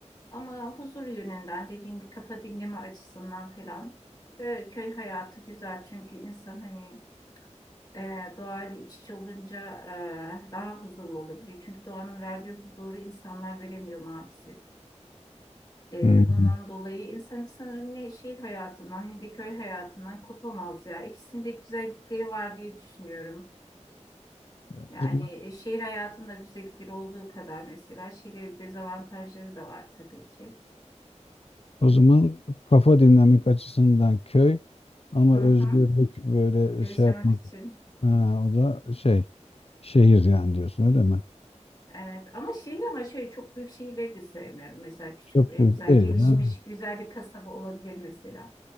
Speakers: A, on the left; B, on the left.
A: Ama huzur yönünden dediğim gibi kafa dinleme açısından falan da köy hayatı güzel. Çünkü insan hani e, doğayla iç içe olunca e, daha huzurlu olabiliyor. Çünkü doğanın verdiği huzuru insanlar veremiyor maalesef. E,
B: Hmm.
A: bundan dolayı insan sanırım ne şehir hayatından ne de köy hayatından kopamaz ya. İkisinde güzellikleri var diye düşünüyorum.
B: O
A: Yani
B: zaman,
A: e, şehir hayatında güzellikleri olduğu kadar mesela şehir dezavantajları da var tabii ki.
B: o zaman kafa dinlemek açısından köy ama
A: Hı
B: özgürlük
A: hı.
B: böyle
A: Yaşamak
B: şey yapmak
A: için.
B: ha, o da şey şehir yani diyorsun öyle mi?
A: Evet ama şehir ama şöyle çok büyük şehirleri de sevmiyorum. Mesela küçük
B: Çok
A: ve
B: büyük
A: güzel
B: değil
A: gelişmiş
B: ha.
A: güzel bir kasaba olabilir mesela